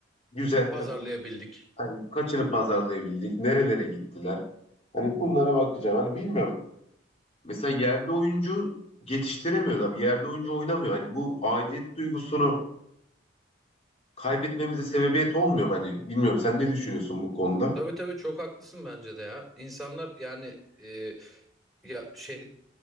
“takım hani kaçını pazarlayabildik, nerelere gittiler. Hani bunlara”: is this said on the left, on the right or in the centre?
Left